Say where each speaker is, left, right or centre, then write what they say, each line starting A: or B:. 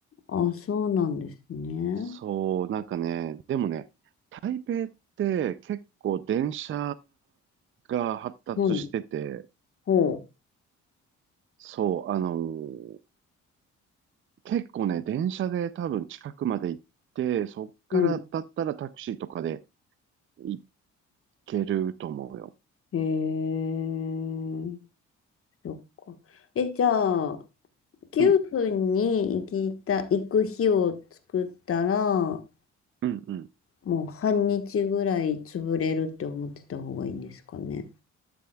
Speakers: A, on the left; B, on the right.
A: あ、そうなんですね。
B: そう、なんかね、でもね、台北って結構電車が発達してて、
A: うん、ほ
B: そう、あのー結構ね、電車で多分近くまで行って、そっからだったらタクシーとかで
A: う。うん。
B: 行けると思うよ。
A: へえ、そっか。え、じゃあ、9分に行きた、
B: うん、
A: 行く日を作ったら、
B: うん、うん。
A: もう半日ぐらい潰れるって思ってた方がいいんですかね。